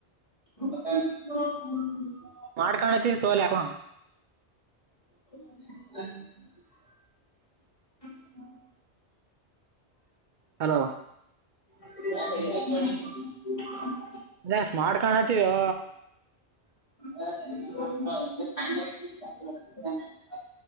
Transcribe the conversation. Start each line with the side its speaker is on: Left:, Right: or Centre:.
Left: <inaudible>
Right: ಮಾಡ್ಕಾಣತಿ ತೋಲೆ ಅಕು
Left: ಹ <inaudible>
Right: ಹಲೋ
Left: <inaudible>
Right: ಅ ಸ್ಮಾರ್ಟ್ ಕಾಣ ಕತಿಯೋ
Left: <inaudible>